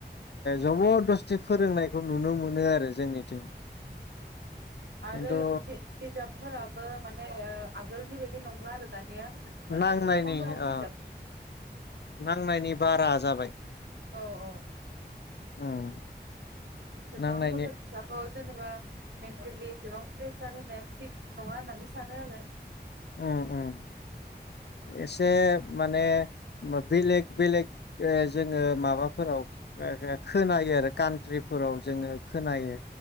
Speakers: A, on the left; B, on the right.
A: जबर दस्थि फोरोंनायखौ नुनो मोनो आरो जोंनिथिं
B: आरो
A: खिन्थु
B: बिजाबफोराबो माने आगोलनि बाय दि नंला आरो दानिया माने
A: नांनायनि
B: गोबां-गोबां बिजाब
A: ओ नांनायनि बारा जाबाय
B: औ औ
A: उम
B: एसेबां
A: नांनायनि
B: गथ' फिसाखौ जेनेबा मेन्टेलि एसेबां प्रेसार होनाया थिक नङा होननानै सानो आरो
A: उम उम एसे माने बेलेग बेलेग ओ‌ जोङो माबाफोराव खोनायो आरो कान्ट्रिफोराव जोङो खोनायो